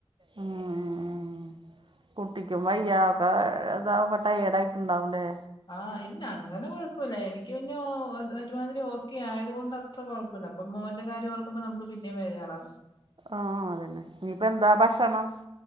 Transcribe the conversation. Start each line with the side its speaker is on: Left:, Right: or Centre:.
Right: ഉം ഉ ഉ കുട്ടി ട്ടിക്കും വയ്യ ഒക്കെ ഇതാ ട്ടയേർഡ് ആയിട്ടുണ്ടാവുംല്ലേ
Left: ആഹ് ഇല്ല അങ്ങനെ കൊഴപ്പില്ല എനിക്ക് പിന്ന ഒരുമാതിരി ഓക്കെ ആയത് കൊണ്ട് അത്ര കൊഴപ്പില്ല അപ്പം മോന്റെ കാര്യം ഓർക്കുമ്പോ നമുക്ക് പിന്നേ വേജാറാ
Right: ആഹ അതന്നെ ഇനിപ്പാ എന്താ ഭക്ഷണം?